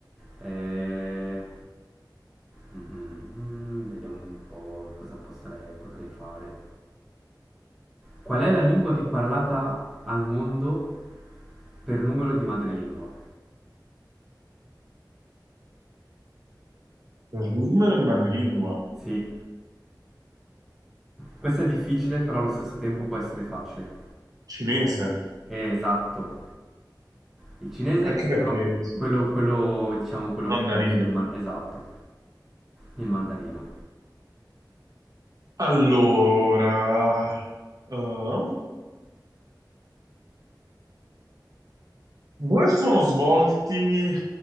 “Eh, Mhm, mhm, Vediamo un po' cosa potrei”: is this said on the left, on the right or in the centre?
Centre